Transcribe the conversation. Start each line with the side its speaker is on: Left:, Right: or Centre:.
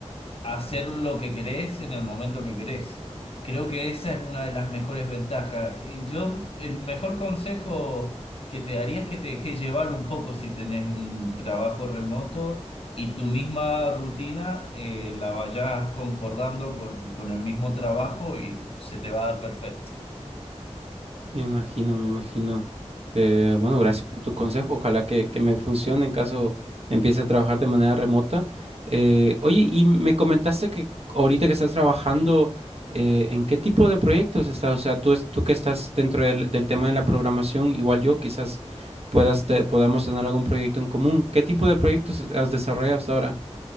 Left: hacer lo que querés en el momento que querés. Creo que esa es una de las mejores ventajas. Y Yo, el mejor consejo que te daría es que te dejes llevar un poco si tenés un trabajo remoto y tu misma rutina eh, la vayas concordando con, con el mismo trabajo y se te va a dar perfecto.
Right: Me imagino, me imagino. Eh, bueno, gracias por tu consejo. Ojalá que, que me funcione en caso empiece a trabajar de manera remota. Eh, oye, y me comentaste que ahorita que estás trabajando, eh, ¿en qué tipo de proyectos estás? O sea, tú, es- tú que estás dentro del, del tema de la programación, igual yo, quizás puedas te- podamos tener algún proyecto en común. ¿Qué tipo de proyectos has desarrollado hasta ahora?